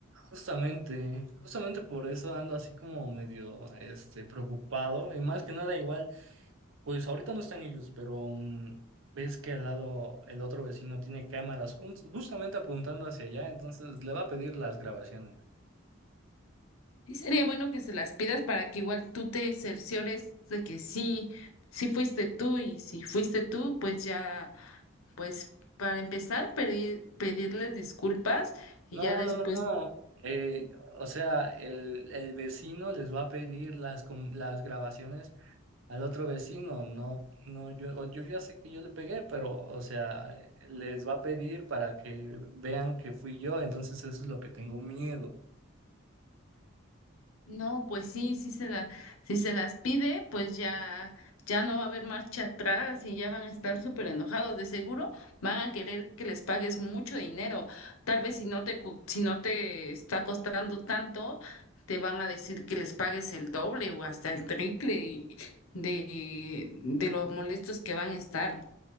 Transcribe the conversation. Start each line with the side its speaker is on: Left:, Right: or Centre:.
Right: justamente, justamente por eso ando así como medio este preocupado y más que nada igual. Pues ahorita no están ellos, pero mm, ves que al lado el otro vecino tiene cámaras jun- justamente apuntando hacia allá, entonces le va a pedir las grabaciones.
Left: Sí, sería bueno que se las pidas para que igual tú te cerciores de que sí, sí fuiste tú y si fuiste tú, pues ya, pues para empezar, pedir, pedirles disculpas
Right: No,
Left: y ya después
Right: no, no, no. eh, o sea, el, el vecino les va a pedir las, com- las grabaciones al otro vecino. No, no, yo, o yo ya sé que yo le pegué, pero, o sea, les va a pedir para que vean que fui yo, entonces eso es lo que tengo miedo.
Left: No, pues sí, sí se la, si se las pide, pues ya, ya no va a haber marcha atrás y ya van a estar súper enojados. De seguro van a querer que les pagues mucho dinero. Tal vez si no te, cu- si no te está costando tanto, te van a decir que les pagues el doble o hasta el triple y- de, de lo molestos que van a estar.